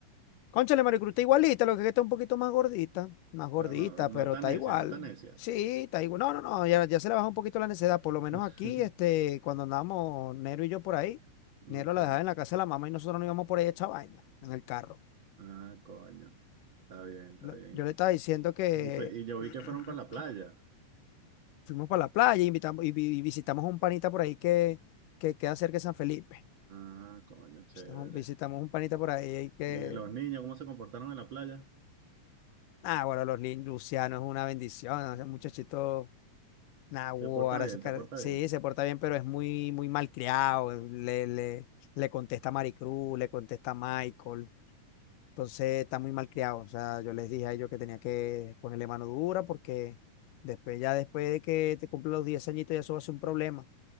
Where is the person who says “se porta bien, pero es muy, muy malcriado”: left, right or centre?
Left